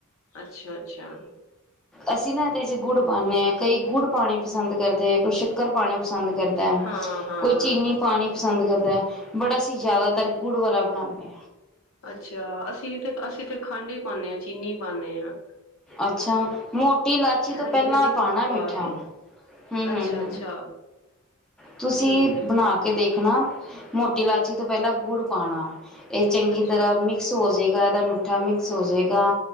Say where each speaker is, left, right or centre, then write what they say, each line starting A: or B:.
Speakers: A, on the left (about 75°); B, in the centre.
A: ਅੱਛਾ-ਅੱਛਾ।
B: ਅਸੀਂ ਨਾ ਤੇ ਚ ਗੁੜ
A: ਠੀਕ।
B: ਪਾਨੇ ਆ ਕਈ ਗੁੜ ਪਾਣੀ ਪਸੰਦ ਕਰਦੇ ਹੈ ਕੋਈ ਸ਼ੱਕਰ ਪਾਣੀ ਪਸੰਦ ਕਰਦਾ,
A: ਹਾਂ-ਹਾਂ।
B: ਕੋਈ ਚੀਨੀ ਪਾਣੀ ਪਸੰਦ ਕਰਦਾ ਹੈ ਬੜਾ ਸੀ ਜ਼ਿਆਦਾਤਰ ਗੁੜ ਵਾਲਾ ਬਣਾਉਂਣੇ,
A: ਅੱਛਾ, ਅਸੀਂ ਤੇ ਅਸੀਂ ਤੇ ਖੰਡ ਹੀ ਪਾਉਦੇ ਹਾਂ ਚੀਨੀ ਪਾਨੇ ਹਾਂ।
B: ਅੱਛਾ ਮੋਟੀ ਇਲਾਚੀ ਤੋਂ ਪਹਿਲਾਂ
A: ਨੀ ਕਦੀ
B: ਪਾਉਣਾ
A: ਗੁੜ
B: ਮਿੱਠਾ,
A: ਪਾ ਕੇ
B: ਹੂੰ, ਹੂੰ,
A: ਅੱਛਾ
B: ਹੂੰ,
A: ਅੱਛਾ
B: ਤੁਸੀਂ
A: ਠੀਕ ਹੈ
B: ਬਣਾ ਕੇ ਦੇਖ ਹਨਾ ਮੋਟੀ ਇਲਾਚੀ ਤੋਂ ਪਹਿਲਾਂ ਗੁੜ ਪਾਉਣਾ, ਇਹ ਚੰਗੀ
A: ਅੱਛਾ
B: ਤਰ੍ਹਾਂ
A: ਅੱਛਾ
B: ਮਿਕਸ ਹੋ ਜਾਏ ਦਾ ਮਿੱਠਾ ਮਿਕਸ ਹੋ ਜਾਏਗਾ